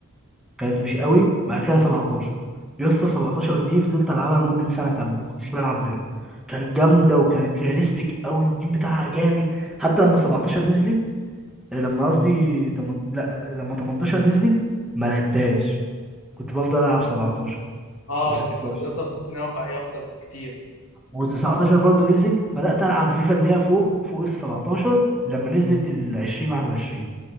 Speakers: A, in the centre; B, on the left (about 70°).
A: كانت مش قوي بعد كده 17 يا اسطى 17 دي فضلت العبها لمده سنه كامله ما كنتش بلعب غيرها كانت جامده وكانت رياليستيك قوي والجيم بتاعها جامد حتى لما 17 نزلت لما قصدي تمن... لا لما 18 نزلت ما لعبتهاش كنت بفضل العب 17
B: اه
A: و16
B: انت كنت اصلا تحس انها واقعية اكتر بكتير
A: و19 برضو نزلت بدأت ألعب فيفا اللي هي فوق فوق ال 17 لما نزلت ال 20 21